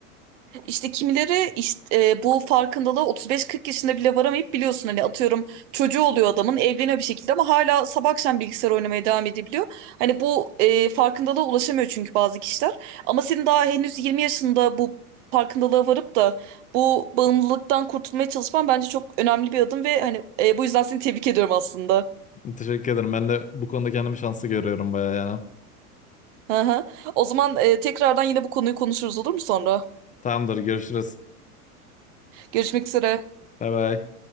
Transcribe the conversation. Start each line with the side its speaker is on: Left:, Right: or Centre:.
Right: İşte kimileri işte, e, bu farkındalığa 35-40 yaşında bile varamayıp biliyorsun hani atıyorum çocuğu oluyor adamın evleniyor bir şekilde ama hala sabah akşam bilgisayar oynamaya devam edebiliyor. Hani bu e, farkındalığa ulaşamıyor çünkü bazı kişiler. Ama senin daha henüz 20 yaşında bu farkındalığa varıp da bu bağımlılıktan kurtulmaya çalışman bence çok önemli bir adım ve hani e, bu yüzden seni tebrik ediyorum aslında.
Left: Teşekkür ederim. Ben de bu konuda kendimi şanslı görüyorum bayağı yani.
Right: Hı hı. O zaman e, tekrardan yine bu konuyu konuşuruz olur mu sonra?
Left: Tamamdır, görüşürüz.
Right: Görüşmek üzere.
Left: Bay bay.